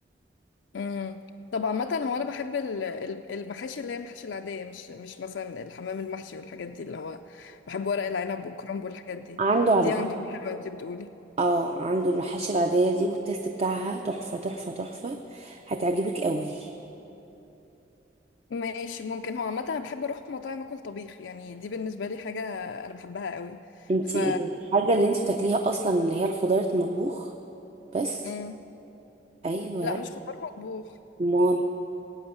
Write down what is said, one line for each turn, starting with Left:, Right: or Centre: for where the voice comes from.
Left: امم طب عامة هو أنا بحب ال- ال- المحاشي اللي هي المحاشي العادية مش مش مثلا الحمام المحشي والحاجات دي اللي هو بحب ورق العنب والكرنب والحاجات دي
Right: عنده على
Left: دي
Right: فكرة
Left: عندهم حلوة أنت بتقولي
Right: اه عنده المحاشي العادية دي والتيست بتاعها تحفة تحفة تحفة هتعجبك قوي
Left: ماشي ممكن هو عامة أنا بحب أروح مطاعم أكل طبيخ يعني دي بالنسبة لي حاجة أنا بحبها قوي
Right: انتي
Left: ف
Right: الحاجة اللي انتي بتاكليها اصلا اللي هي الخضار المطبوخ بس
Left: امم
Right: ايوه
Left: لا مش خضار مطبوخ
Right: مال